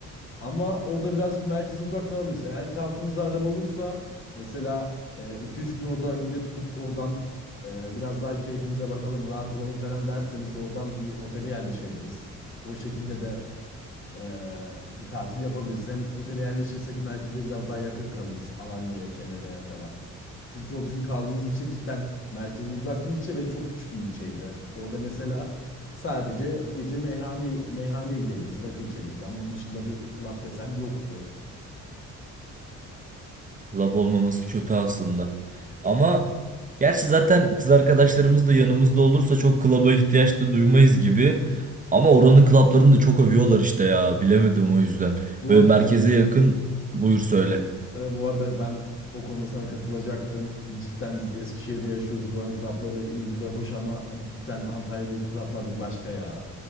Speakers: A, on the left; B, on the right.
A: Ama orada birazcık merkeze uzak kalabiliriz. Eğer ki altımızda araba olursa mesela e, iki üç gün orada villa tutup oradan e, biraz daha keyfimize bakalım, rahat olalım falan derseniz oradan bir otele yerleşebiliriz. O şekilde de eee, bir tatil yapabiliriz. Hem otele yerleşirsek merkeze biraz daha yakın kalırız. Alanya'ya, Kemer'e falan. Çünkü o bizim kaldığımız ilçe cidden merkeze uzak bir ilçe ve çok küçük bir ilçeydi. Orada mesela sadece gece meyhane meyhaneye gidebiliriz, rakı içebiliriz ama onun dışında bir club desen yoktu.
B: Lab olmaması kötü aslında. Ama gerçi zaten kız arkadaşlarımız da yanımızda olursa çok klaba ihtiyaç da duymayız gibi. Ama oranın klaplarını da çok övüyorlar işte ya. Bilemedim o yüzden.
A: Bu
B: Böyle
A: ar-
B: merkeze yakın buyur söyle.
A: e, bu arada ben o konuda sana katılacaktım. Cidden biz Eskişehir'de yaşıyoruz. Buranın klapları iyi güzel hoş ama cidden Antalya'daki klaplar bir başka ya.